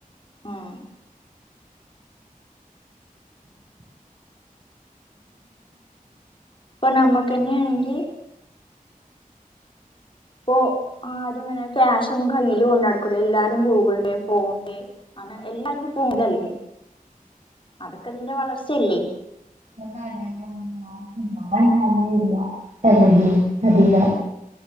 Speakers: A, on the left; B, on the right.
A: ആഹ് പ്പം ന്നമ്മക്കെന്നെണെങ്കി പ്പൊ ആരും ങ്ങനെ ക്യാഷൊന്നും കയ്യില് കൊണ്ടട്ക്കൂല എല്ലാരും ഗൂഗിൾ പേ ഫോൺ പേ അങ്ങനെ എല്ലാരും ഫോണെല്ലേ അതൊക്കെ ഇതിന്റെ വളർച്ചെല്ലേ
B: ആഹ് കടേ പോണം <unintelligible> എവിടെ അധികാ